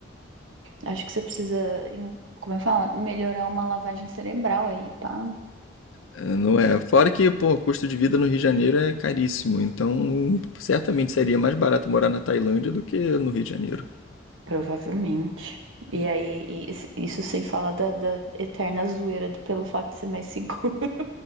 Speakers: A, on the right; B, on the left.
A: Acho que você precisa, em- como eu falo, melhorar uma lavagem cerebral aí, pá.
B: É, Não é. Fora que, pô, o custo de vida no Rio de Janeiro é caríssimo. Então, certamente seria mais barato morar na Tailândia do que no Rio de Janeiro.
A: Provavelmente. E aí, e isso isso sem falar da, da eterna zoeira do- pelo fato de ser mais seguro. <laughs>